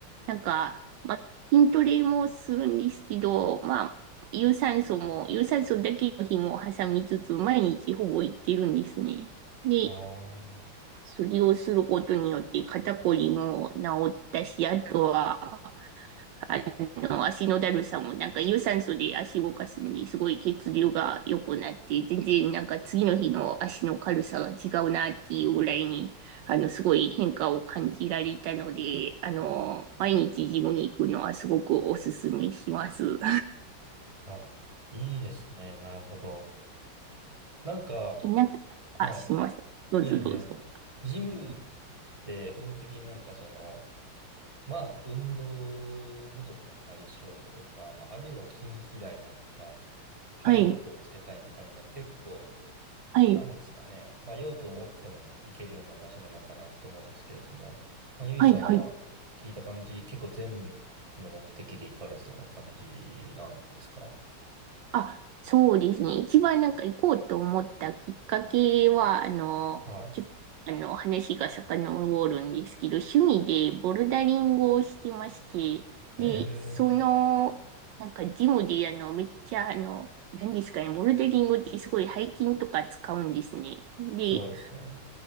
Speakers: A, on the right; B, on the right.
A: なんか、まあ、筋トレもするんですけど、まあ、有酸素も、有酸素だけの日も挟みつつ、毎日ほぼ行ってるんですね。で、
B: あー
A: それをすることによって肩こりも治ったし、あとは、あの、足のだるさも、なんか有酸素で足動かすんで、すごい血流が良くなって、全然なんか次の日の足の軽さが違うなっていうぐらいに、あの、すごい変化を感じられたので、あの、毎日ジムに行くのはすごくおすすめします。
B: あ、いいですね。なるほど。なんか、
A: <laughs> なんか、あ、
B: はい。
A: しますどうぞどうぞ。
B: いやいや、ジムって、個人的になんかその、まあ、運動不足の解消とか、まあ、あるいは筋肥大なのか、体力をつけたいのかみたいな、
A: はい、
B: 結構、
A: はい、
B: なんですかね。まあ、用途を持っても行けるような場所なのかなと思うんですけれども、まあ、ゆいさんは聞いた感じ、
A: はい、はい。
B: 結構全部の目的で行かれてたような感じなんですか
A: あ、そうですね。一番なんか行こうと思ったきっかけは、あの、
B: は
A: ちょっと、あの、話が遡るんですけど、趣味でボルダリングをしてまして、
B: い。
A: で、
B: ええ、
A: その、なんかジムで、あの、めっちゃ、あの、何ですかね、ボルダリングってすごい背筋とか使うんですね。で、
B: そうですね。